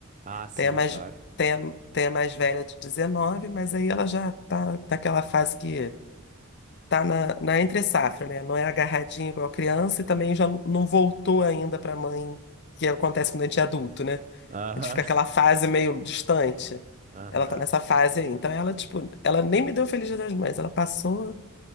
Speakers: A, on the right; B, on the left.
A: Ah, sim,
B: Tem a mais,
A: claro.
B: tem a, tem a mais velha de 19, mas aí ela já tá naquela fase que. tá na, na entre-safra, né? Não é agarradinho igual criança e também já não voltou ainda para a mãe, que acontece quando a gente é adulto, né?
A: Aham,
B: A gente fica
A: <laughs>
B: aquela fase meio distante.
A: aham.
B: Ela tá nessa fase aí. Então ela, tipo, ela nem me deu Feliz Dia das Mães. Ela passou,